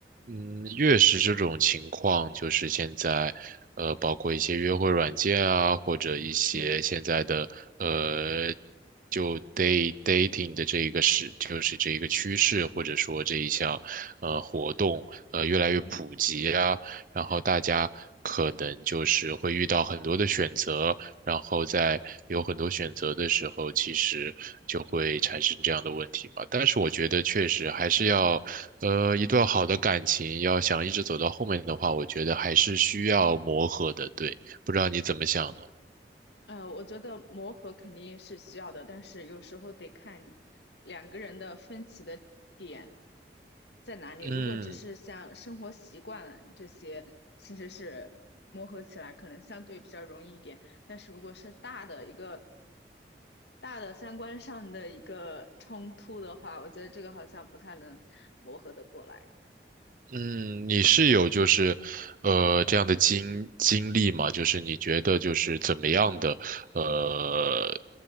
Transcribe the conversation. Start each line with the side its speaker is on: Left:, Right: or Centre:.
Right: 嗯，越是这种情况，就是现在，呃，包括一些约会软件啊，或者一些现在的呃，
Left: 嗯
Right: 就 day dating 的这一个是，就是这一个趋势，或者说这一项呃活动，呃，越来越普及啊，
Left: 嗯。嗯
Right: 然后大家可能就是会遇到很多的选择，然后在有很多选择的时候，其实就会产生这样的问题嘛。但是我觉得确实还是要，呃，一段好的感情要想一直走到后面的话，我觉得还是需要磨合的。对，不知道你怎么想呢？
Left: 呃，我觉得磨合肯定是需要的，但是有时候得看两个人的分歧的点在哪里。
Right: 嗯。
Left: 如果只是像生活习惯这些，其实是磨合起来可能相对比较容易一点。但是如果是大的一个大的三观上的一个冲突的话，我觉得这个好像不太能磨合的过来。
Right: 嗯，你是有就是，呃，这样的经经历吗？就是你觉得就是怎么样的呃